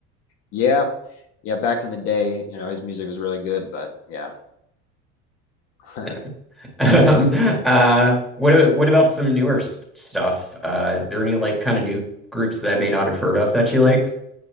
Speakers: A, on the left; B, in the centre.
A: Yeah, yeah, back in the day, you know, his music was really good, but yeah. <laughs>
B: <laughs> Um, uh, what what about some newer s- stuff? Uh, is there any like kind of new groups that I may not have heard of that you like?